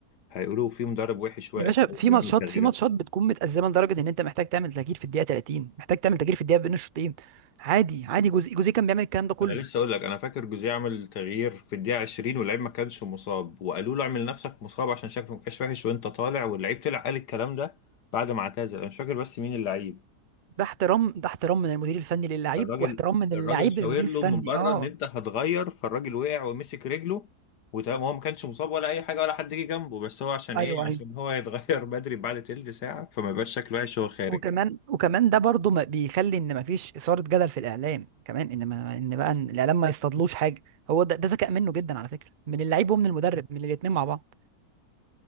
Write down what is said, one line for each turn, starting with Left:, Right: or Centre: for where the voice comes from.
Left: هيقولوا في مدرب وحش واقف
Right: يا باشا في
Left: هو بيعمل
Right: ماتشات
Left: تغييرات
Right: في ماتشات بتكون متأزمة لدرجة ان انت محتاج تعمل تغيير في الدقيقة 30 محتاج تعمل تغيير في الدقيقة بين الشوطين عادي عادي جوزي جوزي كان بيعمل الكلام ده كله
Left: انا لسه اقول لك انا فاكر جوزيه عمل تغيير في الدقيقه 20 واللعيب ما كانش مصاب وقالوا له اعمل نفسك مصاب عشان شكلك ما بقاش وحش وانت طالع واللعيب طلع قال الكلام ده بعد ما اعتزل انا مش فاكر بس مين اللعيب
Right: ده احترام ده احترام من المدير الفني للاعيب
Left: الراجل
Right: واحترام من
Left: الراجل
Right: اللاعب
Left: شاور
Right: للمدير
Left: له
Right: الفني
Left: من بره
Right: اه
Left: ان انت هتغير فالراجل وقع ومسك رجله وتمام هو ما كانش مصاب ولا اي حاجه ولا حد جه جنبه بس هو عشان
Right: ايوه
Left: ايه عشان
Right: ايوه
Left: هو يتغير <laughs> بدري بعد تلت ساعه فما يبقاش شكله وحش وهو خارج
Right: وكمان وكمان ده برضو ما بيخلي ان ما فيش إثارة جدل في الاعلام كمان ان ما ان بقى إن الاعلام ما يصطادلوش حاجة هو ده, ده ذكاء منه جدا على فكرة من اللعيب ومن المدرب من الاتنين مع بعض